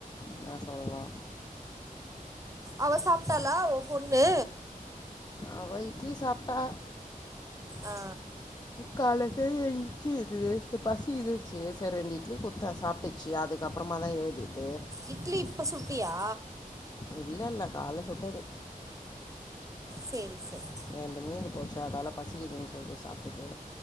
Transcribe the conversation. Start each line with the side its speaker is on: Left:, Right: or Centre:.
Left: என்ன சொல்லனு
Right: அவ சாப்பிட்டாலா ஓன் பொண்ணு
Left: அவ இட்லி சாப்பிட்டா
Right: ஆ
Left: கால்ல செஞ்ச இட்லி இருந்தது இது பசி இந்துச்சு சேரி ரெண்டு இட்லி குத்தே சாப்பிட்டுச்சு அதுக் அதுக்கப்பறமா தா எழ்திது
Right: இட்லி இப்ப சுட்டியா
Left: இல்லல்ல கால்ல சுட்டது
Right: சேரி சேரி
Left: ரெண்டு மீந்து போச்சு அதால பசிக்குதுனு சொல்லி சாப்பிடுது